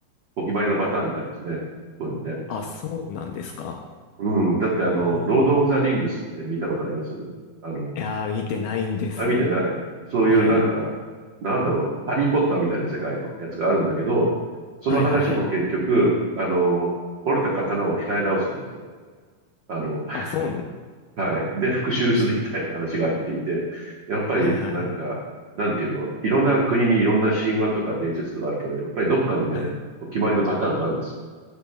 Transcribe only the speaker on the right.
お決まりのパターンみたいですね。こういうのね。
うん。だってあの、
ロード・オブ・ザ・リングスって見たことありますあの、
あ、見てない。そういうなんか、
なんだろう、ハリー・ポッターみたいな世界のやつがあるんだけど、その話も結局、
あの、折れた刀を鍛え直すんですよ。あの、<laughs>
はい。で、復讐するみたいな話が入っていて、
やっぱりなんか、
なんていうの、いろんな国にいろんな神話とか伝説とかあるけど、やっぱりどっかにね、
お決まりのパターンがあるんですよ。